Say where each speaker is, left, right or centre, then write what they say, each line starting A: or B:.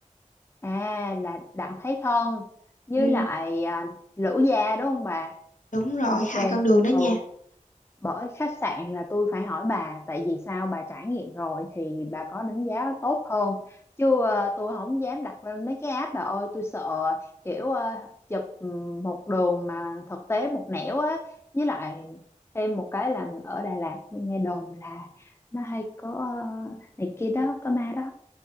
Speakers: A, on the left (about 20°); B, on the left (about 70°).
A: À là Đặng Thái Thân với
B: ừ,
A: lại ờ, Lữ Gia đúng không bà?
B: đúng rồi
A: Ok.
B: hai con đường đó nha
A: Ừ bởi khách sạn là tôi phải hỏi bà tại vì sao bà trải nghiệm rồi thì bà có đánh giá tốt hơn chứ ờ, tôi không dám đặt lên mấy cái app bà ơi tôi sợ kiểu ờ, chụp ừm, một đường mà thực tế một nẻo á với lại thêm một cái là ở Đà Lạt tôi nghe đồn là nó hay có ờ, này kia đó có ma đó